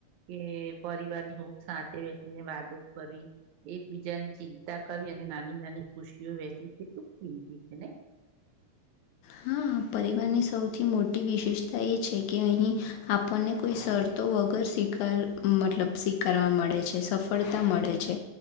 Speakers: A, on the right; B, on the left.
A: કે પરિવારની હૂંફ સાથે ને વાતો કરવી એકબીજાની ચિંતા કરવી અને નાની નાની ખુશીઓ વહેચવી કેટલું <unintelligible> નઈ?
B: હા, પરિવારની સૌથી મોટી વિશેષતા એ છે, કે અહીં આપણને કોઈ શરતો તો વગર સ્વીકારાવા મતલબ સ્વીકારવા મળે છે, સફળતા મળે છે,